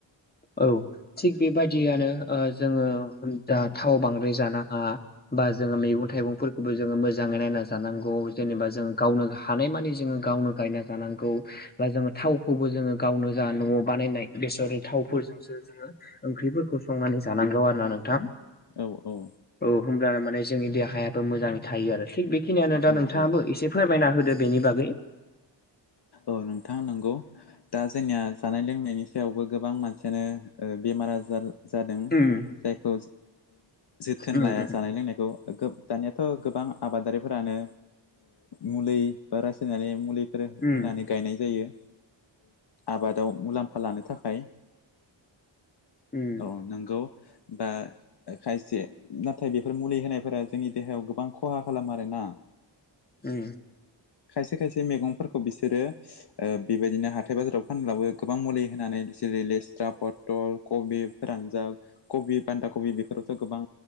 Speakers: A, on the left (about 20°); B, on the left (about 60°).
A: औ थिग बेबादि बिदियानो जोङो जा थाव बांद्राय जानो हा बा जोङो मैगं थाइगंफोरखौबो जोङो मोजाङै नायना जानांगौ जेनेबा जोङ गावनो हानाय मानि जोङो गावनो गायना जानांगौ बा जोङो थावखौबो जोङो गावनो जा न'आव बानायनाय बेसरनि थावफोरजोंसो जोङो ओंख्रिफोरखौ संनानै जानांगौ आरो ना नोंथां
B: औ औ
A: औ होमब्लानो माने जोंनि देहायाबो मोजाङै थायो आरो थिग बेखिनियानो दा
B: औ
A: नोंथाङाबो
B: औ
A: एसे फोरमायना होदो बेनि बागै
B: औ नोंथाङा नोंगौ दा जोंनिया जानाय लोंनायनि सायावबो गोबां मानसियानो बेमार आजार जादों
A: उम
B: जायखौ जोथोन
A: उम
B: लाया
A: उम
B: जानाय लोंनायखौ दानियाथ' गोबां आबादारिफोरानो मुलि बा रासायारि मुलि बेफोर
A: उम
B: होनानै गायनाय जायो आबादाव मुलाम्फा लानो थाखाय
A: उम
B: औ नंगौ बा खायसे नाथाय बेफोर मुलि होनायफोरा जोंनि देहायाव गोबां खहा खालामो आरो ना
A: उम
B: खायसे खायसे मैगंफोरखौ बिसोरो बेबायदिनो हाथाय बाजाराव फानब्लाबो गोबां मुलि होनानै जेरै लेस्रा पटल फटल कबि फोरानजाब कबि बान्दा कबि बेफोरावथ' गोबां